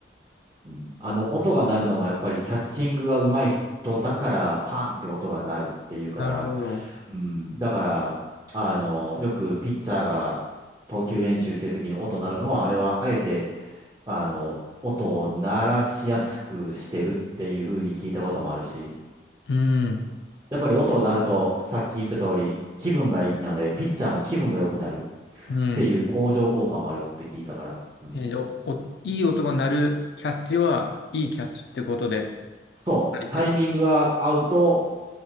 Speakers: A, on the right; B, on the left.
A: うん。あの、音が鳴るのもやっぱりキャッチングが上手い人だから、パンって音が鳴るっていうから、
B: なるほど。
A: うん。だから、あの、よくピッチャーが投球練習してる時に音鳴るのは、あれはあえて、あの、音を鳴らしやすくしてるっていう風に聞いたこともあるし、
B: うん、
A: やっぱり音になると、さっき言った通り、気分がいいので、ピッチャーも気分が良くなる
B: うん。
A: っていう向上効果もあるって聞いたから、うん。
B: えーお、お、いい音が鳴るキャッチは、いいキャッチってことで
A: そう、
B: 書いて、
A: タイミングが合うと、